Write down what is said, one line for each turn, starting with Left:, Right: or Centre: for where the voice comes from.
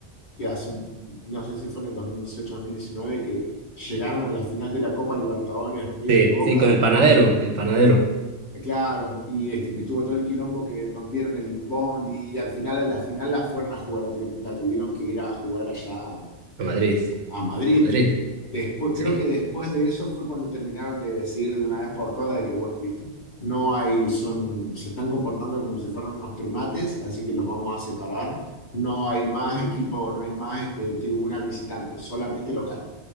Left: que hace un, no sé si fue en el dos dos mil dieciocho mil diecinueve que llegaron a la final de la Copa Libertadores River
Right: Sí,
Left: y Boca.
Right: sí, con el panadero, el panadero,
Left: Eh, Claro, y este que estuvo todo el quilombo que rompieron el bondi y al final a la final la fueron a jugar, la, tu- la tuvieron que ir a jugar allá a,
Right: a Madrid,
Left: a Madrid.
Right: a Madrid,
Left: Después,
Right: sí.
Left: creo que después de eso fue cuando terminaron de decir de una vez por todas de que bueno, listo, no hay, son, se están comportando como si fueran unos primates, así que los vamos a separar. No hay más equipo, no hay más este, tribuna visitante, solamente local.